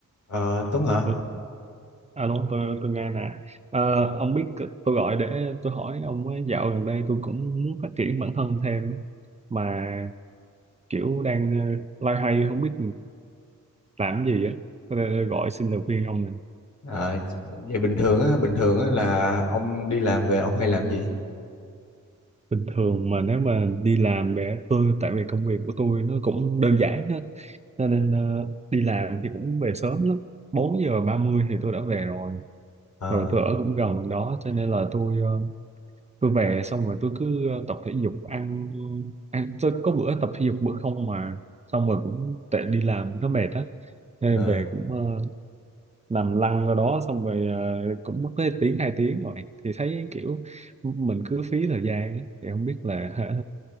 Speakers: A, on the left; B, on the right.
A: Ờ, Tuấn hả?
B: Ừ, Alo, tôi tôi nghe nè. Ờ, ông biết c- tôi gọi để tôi hỏi ông ấy, dạo gần đây tôi cũng muốn phát triển bản thân thêm mà kiểu đang ờ, loay hoay không biết làm cái gì á. Tôi đây- đây gọi xin lời khuyên ông nè.
A: Ờ, vậy bình thường á, bình thường á là ông đi làm về ông hay làm cái gì?
B: Bình thường mà nếu mà đi làm để tôi tại vì công việc của tôi nó cũng đơn giản hết cho nên ờ, đi làm thì cũng về sớm lắm. bốn giờ ba mươi thì tôi đã về rồi.
A: Ờ,
B: Rồi tôi ở cũng gần đó cho nên là tôi ờ, tôi về xong rồi tôi cứ ờ, tập thể dục ăn ăn tôi có bữa tập thể dục bữa không mà xong rồi cũng tệ đi làm nó mệt á nên
A: ờ,
B: về cũng ờ, nằm lăn ra đó xong rồi ờ, cũng mất tới tiếng hai tiếng rồi thì thấy kiểu mình cứ phí thời gian á. thì không biết là hả,